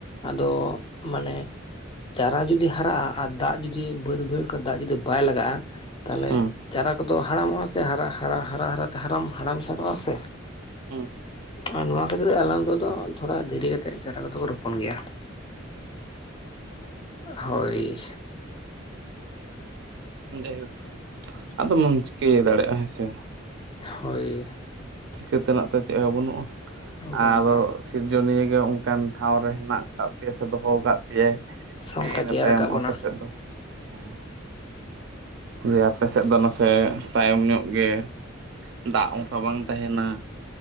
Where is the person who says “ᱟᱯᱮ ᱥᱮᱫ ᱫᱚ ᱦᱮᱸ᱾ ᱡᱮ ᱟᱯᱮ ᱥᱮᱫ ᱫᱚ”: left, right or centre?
Right